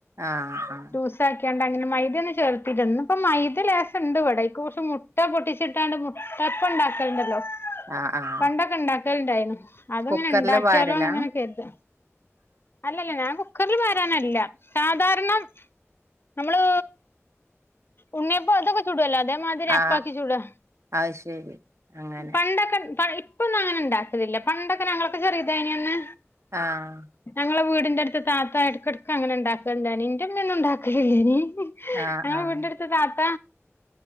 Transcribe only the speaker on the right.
ആഹ് ആഹ്
ആഹ് ആഹ്
കുക്കറില്
പാരലാ
ആഹ്
അത് ശരി അങ്ങനെ
ആഹ്
ആഹ്
ആഹ്